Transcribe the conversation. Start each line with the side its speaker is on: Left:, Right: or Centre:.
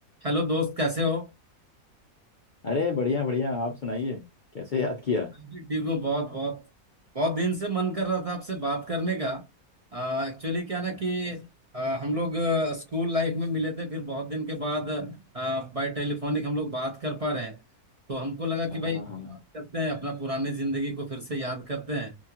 Right: Hello दोस्त कैसे हो
Left: अरे बढ़िया बढ़िया आप सुनाइए कैसे याद किया
Right: मैं भी ठीक हूँ बहुत बहुत बहुत दिन से मन कर रहा था आपसे बात करने का एक्चुअली क्या ना
Left: अच्छा
Right: कि आ, हम लोग आ, स्कूल लाइफ में मिले थे फिर बहुत दिन के बाद आ, बाय टेलीफोनिक हम लोग बात कर पा रहे हैं तो हमको लगा
Left: हाँ
Right: कि भाई बात
Left: हाँ
Right: करते हैं अपना पुराने जिंदगी को फिर से याद करते हैं